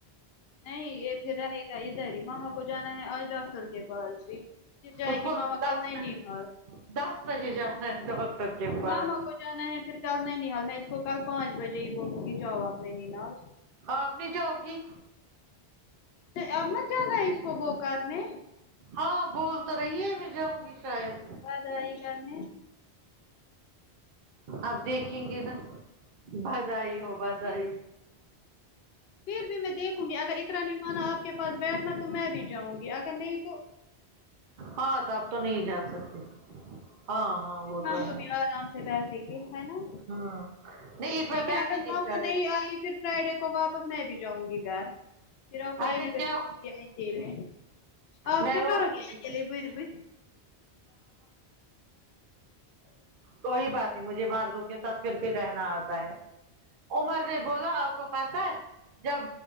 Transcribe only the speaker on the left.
نہیں یہ پھر رہے گا ادھر ہی ماما کو جانا ہے آج ڈاکٹر کے پاس بھی پھر جائے
گی ماما
کل نانیحال
ماما کو جانا ہے پھر کل نانی حال میں اس کو کل پانچ بجے ہی بولوں گی جاو اپ نانی حال
نہیں اب مت جانا اسکو وہ کرنے
ہدای کر نے
پھر پھر بھی میں دیکھوں گی اگر اقرا نے مانا آپ کے پاس بیٹھنا تو میں بھی جاؤں گی اگر نہیں تو
پھر
میں
بھی آرام پیسے کے ہے نا
لیکن
اگر
ماما
نہیں آئی پھر فرائیڈے کو واپس میں بھی جاؤں گی گھر پھر آپ کوئی
یہی پے
چھوڑ کے اکیلے آپ
کیا
کروگی
اکیلے پھر بھی